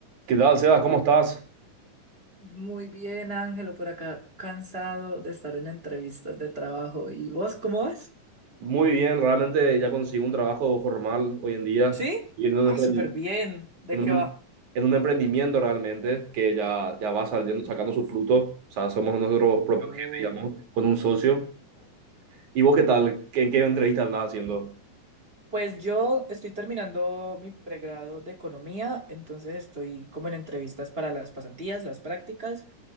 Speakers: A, on the right; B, on the right.
A: ¿Qué tal, Sebas? ¿Cómo estás?
B: Muy bien, Ángelo, por acá cansado de estar en entrevistas de trabajo. ¿Y vos cómo vas?
A: Muy bien, realmente ya conseguí un trabajo formal hoy en día
B: ¿Sí?
A: y en un,
B: Ah,
A: emprendi-
B: súper bien. ¿De
A: en
B: qué
A: un em-
B: va?
A: en un emprendimiento realmente que ya, ya va saliendo, sacando su fruto. O sea, somos nuestros
B: Oh.
A: propios jefes, digamos, con un socio. ¿Y vos qué tal? ¿Qué- ¿En qué entrevista andás haciendo?
B: Pues yo estoy terminando mi pregrado de economía, entonces estoy como en entrevistas para las pasantías, las prácticas